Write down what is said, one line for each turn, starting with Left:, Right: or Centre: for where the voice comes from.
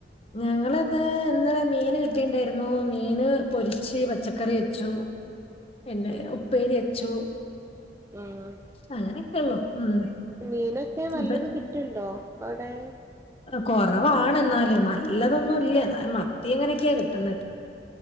Left: ഞങ്ങള്ന്ന് ഇന്നലെ മീന് കിട്ടിണ്ടായിരുന്നു മീന് പൊരിച്ച് പച്ചക്കറി വെച്ചു. പിന്നെ
Right: ഉം
Left: ഉപ്പേരി വെച്ചു
Right: ആഹ്
Left: അങ്ങനെയൊക്കെള്ളു ഉം.
Right: മീനൊക്കെ നല്ലത്
Left: ഇപ്പ
Right: കിട്ടുണ്ടോ അവ്ടെ.
Left: കൊറവാാണ് എന്നാലും നല്ലതൊന്നുല്ല എന്ന മത്തി ഇങ്ങനെയൊക്കെയാ കിട്ടുന്നെ.